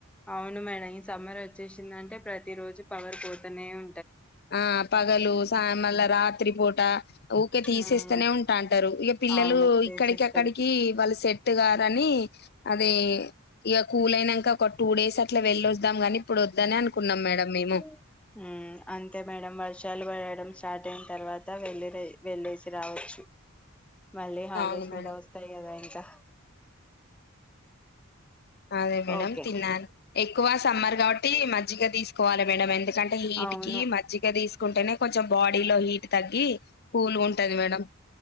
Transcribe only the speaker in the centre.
అవును మేడం ఈ సమ్మర్ వచ్చేసిందంటే ప్రతి రోజు పవర్ పోతూనే ఉ
ఉమ్
అవును తీసిస్తారు
ఉ అంత అంతే మేడం వర్షాలు పడడం స్టార్ట్ అయిన తర్వాత వెళ్ళేదే వెళ్ళేసి రావచ్చు. మళ్ళీ హాలీడేస్
కూడా వస్తాయి. కదా ఇంకా
ఓకే
అవును